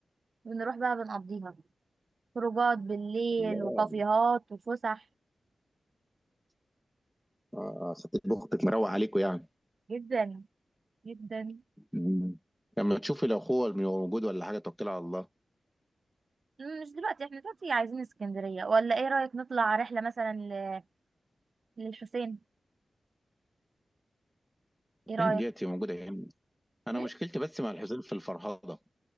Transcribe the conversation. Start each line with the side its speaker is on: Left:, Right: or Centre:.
Right: بنروح بقى بنقضيها خروجات بالليل
Centre: الله
Right: وكافيهات وفسح
Centre: اه ستة بختك مروق عليكم يعني
Right: جدا جدا
Centre: مم. لما تشوفي لو اخوه موجود ولا حاجة توكلي على الله
Right: مم، مش دلوقتي احنا دلوقتي عايزين اسكندرية ولا ايه رأيك نطلع رحلة مثلا ل- للحسين ايه رأيك
Centre: فين ديتي موجودة هنا انا
Right: مم؟
Centre: مشكلتي بس مع الحسين في الفرهضه